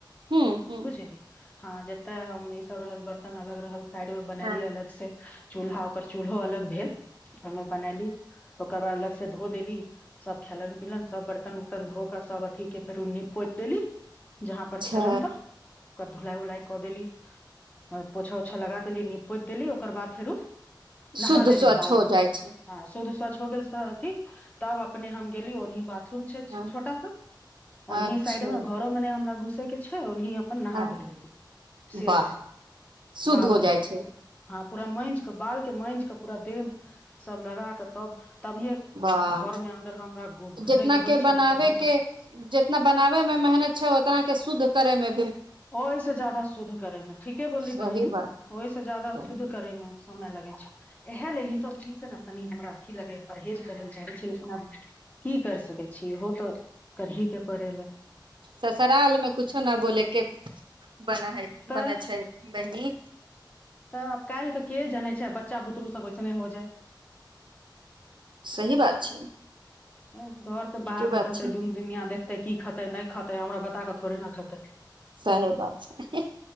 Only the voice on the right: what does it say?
हूँ हूँ
हँ
अच्छा
शुद्ध
स्वच्छ
हो
जाइ छै
हँ
अच्छा
हँ
वाह
शुद्ध
हो
जाइ
छै
वाह
जितना
के
बनाबे
के जितना बनाबे मे मेहनत छै उतना के शुद्ध करेमे
सही
बात
कहलियै।
ससुरालमें कुछो न बोले के बना है
बनै छै बहिनी
सही बात छै
नीके
बात छै
सही बात छै